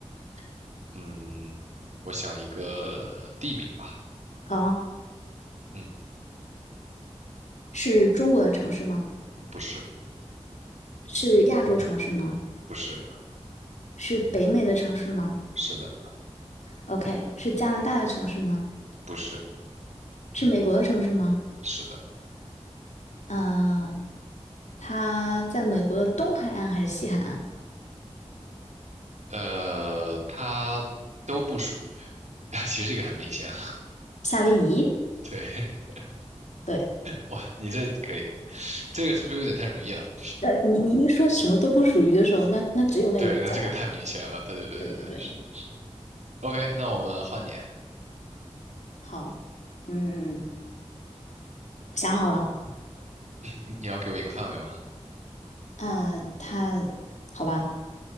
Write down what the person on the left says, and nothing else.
好，
是中国的城市吗？
是亚洲城市吗？
是北美的城市吗
？OK，是加拿大的城市吗？
是美国的城市吗？
呃，它在美国的东海岸还是西海岸？
夏威夷？
对，
呃，你你一说什么都不属于的时候，那那只有那一个角了。
对对对，
好，嗯，想好了。
呃，它，好吧，